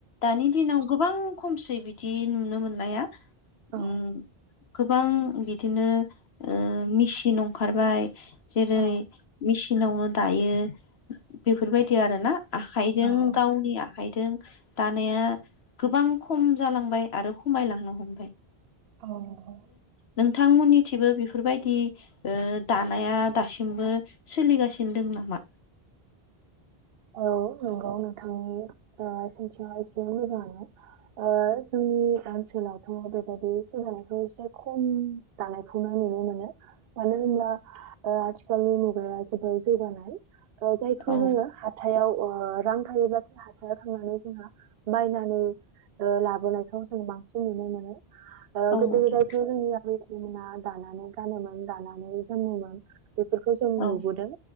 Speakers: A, on the left; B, on the right.
A: दानि दिनाव गोबां खमसै बिदि नुनो मोननाया
B: औ
A: ओ गोबां बिदिनो ओ मेसिन ओंखारबाय जेरै
B: औ
A: मिसिन नावनो दायो बेफोरबायदि आरो ना आखाइजों
B: औ
A: गावनि आखायदों दानाया गोबां खम जालांबाय आरो खमायलांनो हमबाय
B: औ नंगौ
A: नोंथांमोननि थिंबो बेफोरबायदि दानाया दासिमबो सोलिगासिनो दं नामा
B: औ औ नंगौ नोंथांनि ओ सोंनथिया एसे मोजाङानो जोंनि जोंनि ओनसोलावथ' बेबायदि सोलनायखौ एसे खम दानायखौनो नुनो मोनो मानो होनब्ला ओ आथिखालनि मुगाया जोबोद जौगानाय। ओ जायखौ
A: औ
B: जोङो हाथायाव ओ रां थायोब्ला हाथायाव थांनानै जोंहा बायनानै ओ लाबोनायखौ जों बांसिन नुनो मोनो। ओ
A: औ
B: गोदो
A: नोंथां
B: गोदायथ' जोंनि आबै आबौमोना दानानै गानोमोन दानानै जोमोमोन बेफोरखौ जों
A: औ
B: नुबोदों।